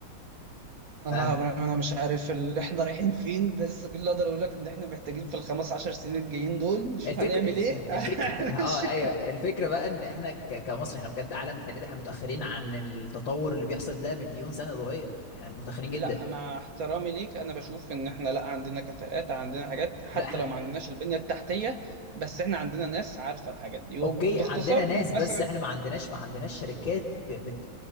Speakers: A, on the left; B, on the right.
A: ف
B: والله يا ابراهيم انا مش عارف اللي احنا رايحين فين بس كل اللي اقدر اقول لك ان احنا محتاجين في الخمس عشر سنين الجايين دول نشوف
A: الفكر
B: هنعمل
A: الف...
B: ايه
A: الفكر
B: <laughs> علشان-
A: اه ايوه الفكره بقى ان احنا ك... كمصر احنا بجد عالم ثالث احنا متاخرين عن التطور اللي بيحصل ده مليون سنه ضوئيه احنا متاخرين جدا
B: لا مع احترامي ليك انا بشوف ان احنا لا عندنا كفاءات عندنا حاجات حتى
A: لا احنا
B: لو ما عندناش البنية التحتية بس احنا عندنا ناس عارفة الحاجات دي وباختصار
A: اوكي عندنا ناس بس
B: مثلا
A: احنا ما عندناش ما عندناش شركات ب... بت...